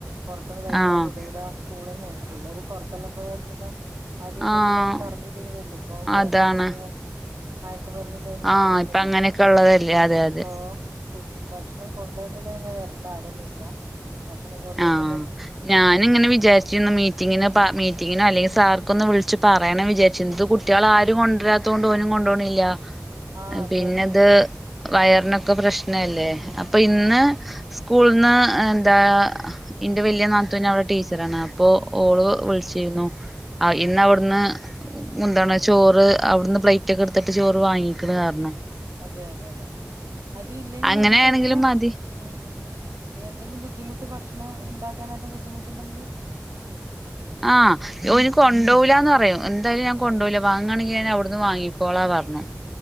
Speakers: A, on the right; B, in the centre.
A: പൊറ്ത്ത്ന്ന് കഴിക്കാൻ
B: ആഹ്
A: വ്ടൂല സ്കൂള്ന്നേ പിള്ളേര് പൊറത്തെല്ലാം പോയാൽ പിന്ന അടി ഇടെല്ലാം
B: ആഹ്
A: കറങ്ങീട്ടിന് വെര്ല് പ്പൊ വേറെ
B: അതാണ്
A: എന്തൊക്കെയോ മയക്കുമര്ന്നിന്റെ
B: ആഹ്
A: പ്രശ്നല്ലേ
B: ഇപ്പൊ അങ്ങനെയൊക്കെ ഉള്ളതല്ലേ അതെ
A: അപ്പോ
B: അതെ
A: ഫുഡ്‌ ഭക്ഷണം കൊണ്ടുവന്നില്ല നിങ്ങ വര്ണ്ട ആടെ ന്നി ഇര്ന്നോ ഭക്ഷണം കൊണ്ടുവര്
B: ആഹ് ഞാനിങ്ങനെ വിചാരിച്ചിന്ന് മീറ്റിങ്ങിന്
A: ഉം
B: പ മീറ്റിങ്ങിനോ അല്ലെങ്കിൽ സാർക്കൊന്ന് വിൾച്ച് പറയണൊ വിചാര് ച്ച്
A: ഉം
B: ന്ത് കുട്ട്യളാരും കൊണ്ട്രാ ത്തണ്ട് പോനും കൊണ്ടോണല്ല
A: ആ അതെ
B: പിന്നെത്
A: അതെ
B: വയറിനൊക്കെ പ്രശ്ന പ്രനല്ലേ
A: ഉം
B: അപ്പൊ
A: ഉം
B: ഇന്ന് സ്കൂളന്ന് എന്താ എന്റെ വലിയ നാത്തുവിനെ അവവിടെ ടീച്ചറ ആണ ഇപ്പൊ ഓള്
A: ആ ആ
B: വിളിച്ചിരുന്നു
A: ആ
B: ഇന്ന്
A: ആ
B: അവിടുന്ന് എന്താണ് ചോറ് അവിടുന്ന് പ്ലേറ്റ് ഒക്കെ എടുത്തിട്ട് ചോറ് വാങ്ങിക്കണ കാരണം
A: അതെ അതെ അതെ അത് ഇല്ലെങ്കിൽ
B: അങ്ങനെയാണെങ്കിലും
A: നമുക്ക് അങ്ങനെ
B: മതി
A: ഉ ഉ എന്തെങ്കിലും ബുദ്ധിമുട്ട് ഭക്ഷണം ഉണ്ടാനായിട്ട് ബുദ്ധിമുട്ടുണ്ടെങ്കിൽ
B: ആഹ് ഇനി കൊണ്ടപോലാന്ന്
A: ഉം
B: പറയും എന്തായാലും ഞാൻ
A: ഉം
B: കൊണ്ടപോയില വാണെങ്കിൽ ഞാൻ അവിടുന്ന് വാങ്ങിക്കോളാം പറഞ്ഞു